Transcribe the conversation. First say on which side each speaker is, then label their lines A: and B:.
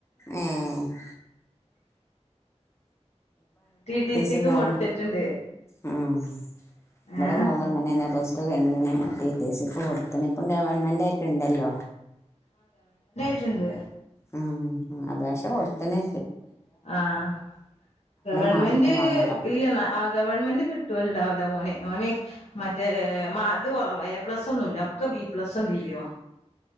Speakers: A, on the left; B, on the left.
A: ആ <unintelligible>
B: ടി ടി സിക്ക്
A: സി ലെവൻ
B: കൊടുത്തിട്ടുണ്ട്
A: ആ നമ്മടെ
B: ഏഹ്
A: മോളും അങ്ങനെെ അത് കഴിന ത സ കൊടു അത്തനി ഇപ്പം ഗവൺമെൻറ് ആയിട്ടുണ്ടല്ലോ
B: ണ്ട് <unintelligible>
A: ആ അപേക്ഷ കൊടുത്തനെ
B: ആഹ ഗവൺമെന്റ്
A: മാർക്കും വേണല്ലോ
B: ഇല്ലെന്ന ആ ഗവൺമെന്റ് കിട്ടുവലണ്ടാവില്ല മോനെ ന് മറ്റേ മ അത് കൊറവാ എ പ്ലസ ഒന്നുമല്ല ഒക്കെ ബിപ്ലസും ബോ